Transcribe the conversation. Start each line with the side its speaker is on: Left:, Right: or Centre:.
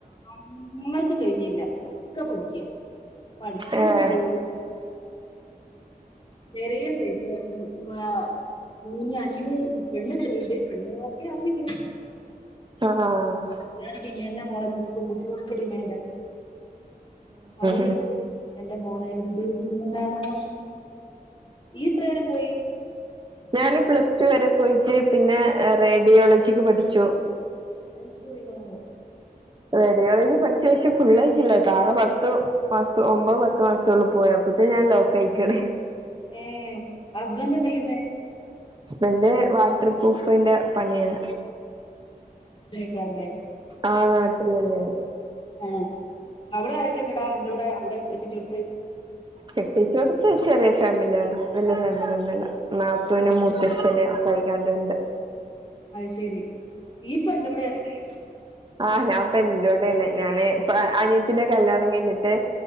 Left: അന്നർതും കഴിഞ്ഞില്ല ഒക്കെ പൊഠിക്ക പഠിക്ക്ണുണ്ട്
Right: ഏഹ്
Left: ജോലിയും ചെറിയുണ്ട് ഉം വ <unintelligible> മിഞ്ഞ്യ <unintelligible> പെണ്ണ് ചെയറ്ത് പെണ്ണോ രാകുമില്ലെ
Right: ആഹ്
Left: ഞാൻ പിന്നെ എൻ്റെ മോളെ കൂട്ട് പെൺകുട്ടികൾക്ക് ടിമാൻ്റ അയ്
Right: ഉം
Left: <unintelligible> എന്റെ മോളെ എന്തൊരു ടിമാൻ്റാണോ ഈ ഇത്ര എടെ പോയി
Right: ഞാന് പ്ലസ് ടു വരെ പോയിച്ച് പിന്നെ റേഡിയോളജിക്ക് പഠിച്ചു
Left: അഹ് ശരി വവൊ
Right: പെഡിയോളജിൽ പഠിച്ച പേഷം ഫുള്ളേജ് ഇല്ല കേട്ടോ ആകെ പത്ത് മാസം ഒമ്പോ പത്ത് മാസ ഉള്ളു പോയപ്പോത്തെേ ഞാൻ ലോക്കയിക്ണേ
Left: ഏ ഹസ്ബൻഡ് എന്തയ്യ്ന്നേ
Right: എന്റെ വാട്ടർ ഉഫിന്റെ പണിയാണ്
Left: യാരൂല്ലേ
Right: ആ നാട്ടിൽ തന്നെയാണ്
Left: ആ അവടെ ആരക്കണ്ടടാ അന്റോടെ അവിടെ എത്തിച്ചോ തെയ്
Right: കെട്ടിച്ചോട്ത്ത് ചെറിയ ഫാമിലിയ ആണ് വല്യ ഫാമിലിഒന്നല്ല ന്നാത്തൂന്
Left: ആ,
Right: മൂത്തച്ഛന് ഒകൈ ര ണ്ട്ണ്ട്
Left: അഹ് ശെരി ഈ പ്പൊ ആന്റോടേണ് ലെ
Right: ആഹ് ഞാൻപ്പ ഇന്റോടെണ് ഞാന് പ്പ അനയത്തിന്റെ കല്യാണം കഴിഞ്ഞിട്ട്